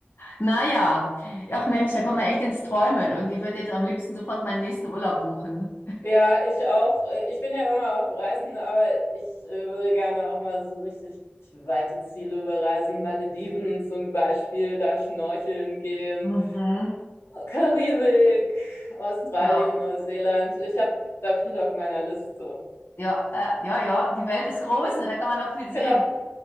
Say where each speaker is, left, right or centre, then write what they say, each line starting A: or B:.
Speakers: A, on the left; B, on the left.
A: naja. Ach Mensch, da kommen wir echt ins Träumen. Irgendwie, ich würde jetzt am liebsten sofort meinen nächsten Urlaub buchen.
B: Ja, ich auch. Äh, Ich bin ja immer auf Reisen, aber ich äh, würde gerne auch mal so richtig weite Ziele bereisen. Malediven zum Beispiel, da schnorcheln gehen
A: Mhm.
B: Karibik, Australien,
A: Ja,
B: Neuseeland. Ich habe da viel auf meiner Liste.
A: ja, äh, ja, ja, die Welt ist groß, ne? Da kann man noch viel sehen.
B: Genau.